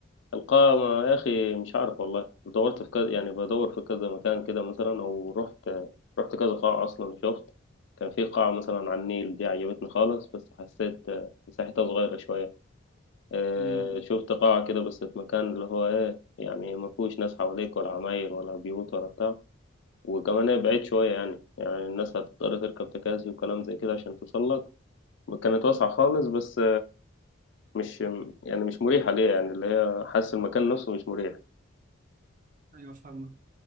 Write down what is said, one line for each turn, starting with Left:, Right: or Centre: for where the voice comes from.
Left: القائمة يا اخي مش عارف والله دورت في كذا يعني بدور في كذا مكان كده مثلا او رحت رحت كذا قاعة اصلا شفت كان في قاعة مثلا على النيل دي عجبتني خالص بس حسيت آه، مساحتها صغيرة شوية آه،
Right: امم
Left: شفت قاعة كده بس في مكان اللي هو ايه يعني ما فيهوش ناس حواليك ولا عماير ولا بيوت ولا بتاع وكمان هي بعيد شوية يعني يعني الناس هتضطر تركب تكاسي وكلام زي كده عشان توصل لك كانت واسعة خالص بس مش يعني مش مريحة ليا يعني اللي هي حاسس المكان نفسه مش مريح
Right: ايوه فاهمك